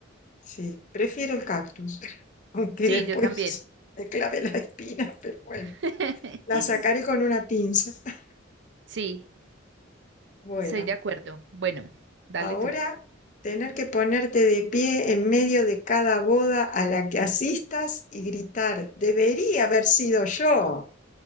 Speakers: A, on the left; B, on the right.
A: sí, prefiero el cactus, <laughs> aunque
B: Sí,
A: después
B: yo también.
A: me clave la espina, pero bueno,
B: <laughs>
A: la sacaré con una pinza. <laughs>
B: Sí,
A: Bueno,
B: estoy de acuerdo. Bueno, dale
A: ahora
B: tú.
A: tener que ponerte de pie en medio de cada boda a la que asistas y gritar, debería haber sido yo.